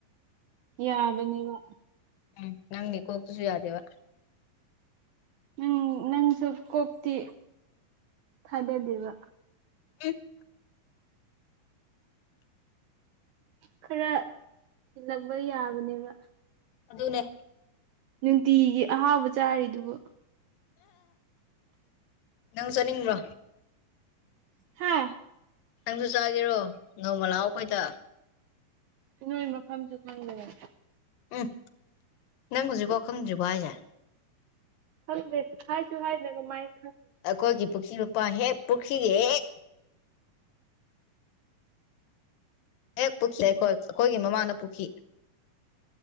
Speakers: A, on the right; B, on the left.
A: ꯌꯥꯕꯅꯤꯕ
B: ꯎꯝ ꯅꯪ ꯒꯤ ꯀꯣꯛꯇꯨꯁꯨ ꯌꯥꯗꯦꯕ
A: ꯎꯝ ꯅꯪꯁꯨ ꯀꯣꯛꯇꯤ ꯊꯥꯗꯗꯦꯕ
B: ꯢꯁ
A: ꯈꯔ ꯊꯤꯜꯂꯛꯄ ꯌꯥꯕꯅꯦꯕ
B: ꯑꯗꯨꯅꯦ
A: ꯅꯨꯡꯇꯤꯒꯤ ꯑꯍꯥꯎꯕ ꯆꯥꯔꯤꯗꯨꯕꯨ
B: ꯅꯪ ꯆꯠꯅꯤꯡꯕ꯭ꯔꯣ
A: ꯍꯥꯥ
B: ꯅꯪꯖꯨ ꯆꯥꯒꯦꯔꯣ ꯅꯣꯡꯃ ꯂꯥꯛꯑꯣ ꯑꯩꯈꯣꯏꯗ
A: ꯅꯣꯏ ꯃꯐꯝꯁꯨ ꯈꯪꯗꯅ
B: ꯎꯝ ꯅꯪ ꯍꯧꯖꯤꯛꯐꯥꯎ ꯈꯪꯗ꯭ꯔꯤꯕꯣ ꯍꯥꯏꯖꯦ
A: ꯈꯪꯗ꯭ꯔꯤ ꯍꯥꯏꯁꯨ ꯍꯥꯏꯗ ꯀꯃꯥꯏꯟ
B: ꯑꯩꯈꯣꯏꯒꯤ ꯄꯨꯈ꯭ꯔꯤ ꯃꯄꯥꯟ ꯍꯦꯛ ꯄꯨꯈ꯭ꯔꯤꯒꯤ ꯍꯦꯛ ꯍꯦꯛ ꯄꯨꯈꯤ ꯑꯩꯈꯣꯏ ꯑꯩꯈꯣꯏꯒꯤ ꯃꯃꯥꯡꯅ ꯄꯨꯈꯤ